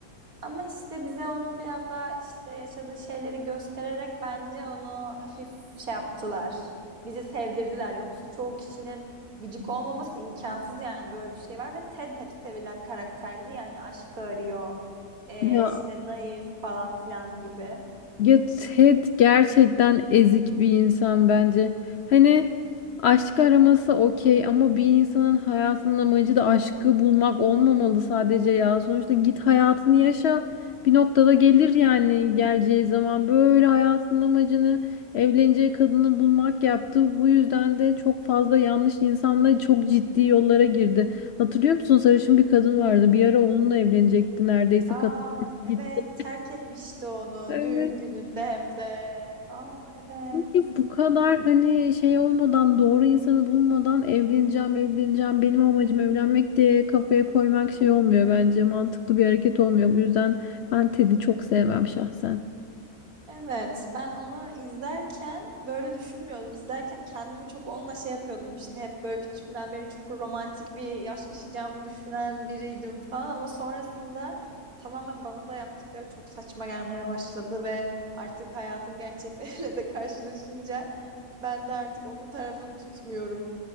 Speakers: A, on the right; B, on the left.
A: Ama işte bize onun biraz daha işte yaşadığı şeyleri göstererek bence onu hafif şey yaptılar. Bizi sevdirdiler. Yoksa çoğu kişinin gıcık olmaması imkansız yani böyle bir şey var ve Ted hep sevilen karakterdi yani aşkı arıyor. Ee,
B: Ya
A: işte naif falan filan gibi.
B: Ya Ted gerçekten ezik bir insan bence. Hani aşk araması okey ama bir insanın hayatının amacı da aşkı bulmak olmamalı sadece ya. Sonuçta git hayatını yaşa. Bir noktada gelir yani geleceği zaman böyle hayatının amacını evleneceği kadını bulmak yaptı. Bu yüzden de çok fazla yanlış insanla çok ciddi yollara girdi. Hatırlıyor musun? Sarışın bir kadın vardı. Bir ara onunla evlenecekti neredeyse
A: Aa
B: kadın gitti.
A: evet terk etmişti onu
B: Evet.
A: düğün gününde hem de. Aa evet.
B: Çünkü bu kadar hani şey olmadan doğru insanı bulmadan evleneceğim evleneceğim benim amacım evlenmek diye kafaya koymak şey olmuyor bence mantıklı bir hareket olmuyor. Bu yüzden ben Ted'i çok sevmem şahsen.
A: Evet ben onu izlerken böyle düşünmüyordum. İzlerken kendimi çok onunla şey yapıyordum işte hep böyle küçüğümden beri çok romantik bir yaş yaşayacağımı düşünen biriydim falan ama sonrasında tamamen bana da yaptıkları çok saçma gelmeye başladı ve artık hayatın gerçekleriyle de <laughs> karşılaşınca ben de artık onun tarafını tutmuyorum.